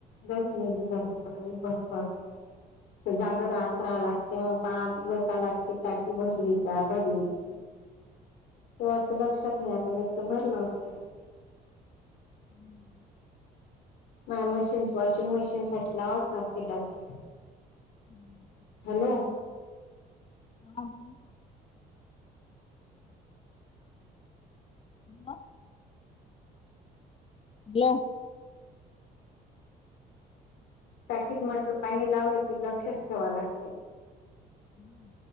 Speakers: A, on the left (about 75°); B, on the left (about 35°).
A: दरी मी घरात सकाळी भरतो आता जागर रात्र
B: हम्म.
A: लागते मग पाच बसा लागते. त टाकी भरली का भरली का तेव्हाच लक्षात नाही आलं नाही भरलं असत
B: हम्म
A: म मशीन वॉशिंग मशीन साठी लावाच लागते टाकी.
B: हम्म.
A: हॅलो
B: हा मग. हॅलो. बलो <unintelligible>
A: टाकीत म्हटलं पाणी लावलं की लक्षच ठेवा लागते.
B: हम्म